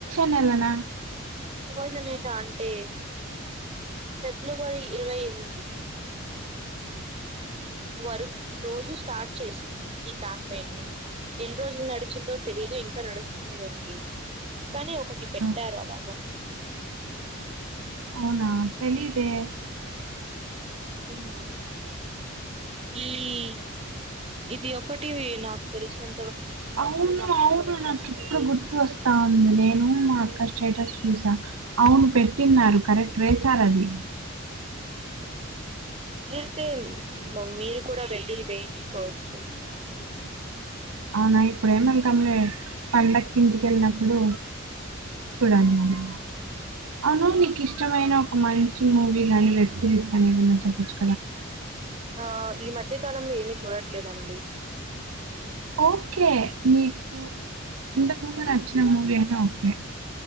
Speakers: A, on the right (about 80°); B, on the right (about 30°).
A: న్ననా
B: పోయింద నేట అంటే ఫిబ్రవరి ఇరవై ఎనిమిది వరు రోజు స్టార్ట్ చేసింది ఈ క్యాంపెయిన్ ని ఎన్ని రోజులు నడిచిందో తెలీయదు ఇంకా నడుస్తునే ఏదో ఉంది కాని ఒకటి పెట్టారు
A: ఆ
B: అలాగ
A: అవునా తెలీదె
B: మ్ ఈ య్ ఇది ఒకటి నాకు తెలిసినం
A: అవును అవును నాకి ఇప్పుడు గుర్ తు వస్తా ఉంది నేను మా అక్క స్టేటస్ చూసా అవును పెట్టిన్నారు కరెక్ట్ వేశార అది
B: కుదిరితే మీరు కూడా వెళ్ళి వేయించుకోవచ్చు
A: అవునా ఇప్పుడేమెల్తాంలే పండక్కి ఇంటిక వెళ్ళినప్పుడు చూడాలి మరి అవును నీకు ఇష్టమైన ఒక మంచి మూవీ లాంటిది సిరిస్కానేన్నన్నా చప్పచ్చు
B: ఆ ఈ మధ్య కాలంలో ఏమి చూడ ట్లే దండి
A: ఓకే నీకు ఇంతకు ముందు నచ్చిన మూవీ అయినా ఓకే